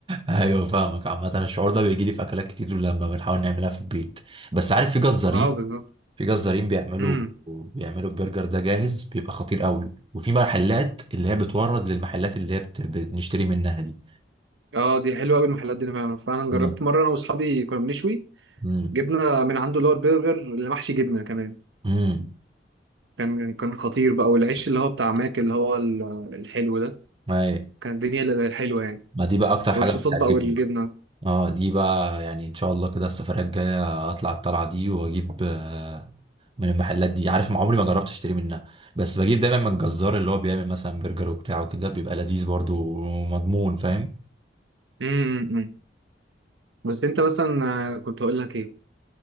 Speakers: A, on the right; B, on the right.
A: أيوه فاهمك عامة الشعور ده بيجي لي في أكلات كتير لما بنحاول نعملها في البيت بس عارف في جزارين
B: اه بالظبط
A: في جزارين بيعملوا
B: امم
A: بيعملوا البرجر ده جاهز بيبقى خطير قوي وفي محلات اللي هي بتورد للمحلات اللي هي بت- بنشتري منها دي
B: اه دي حلوه قوي المحلات دي فعلا فعلا جربت
A: مم.
B: مره انا واصحابي كنا بنشوي
A: مم.
B: جبنا من عنده اللي هو البرجر اللي محشي جبنه كمان
A: مم.
B: كان كان خطير بقى والعيش اللي هو بتاع ماك اللي هو ال- الحلو ده
A: أي.
B: كان الدنيا اللي حلوة يعني
A: ما دي بقى اكتر حاجه
B: والصوصات
A: بتعجبني
B: بقى والجبنة
A: بقى. اه دي بقى يعني ان شاء الله كده السفريه الجايه اطلع الطلعه دي واجيب آه، من المحلات دي عارف ما عمري ما جربت اشتري منها بس بجيب دايما من الجزار اللي هو بيعمل مثلا برجر وبتاع وكده بيبقى لذيذ برضو ومضمون فاهم
B: امم بس انت مثلا آه، كنت هقول لك ايه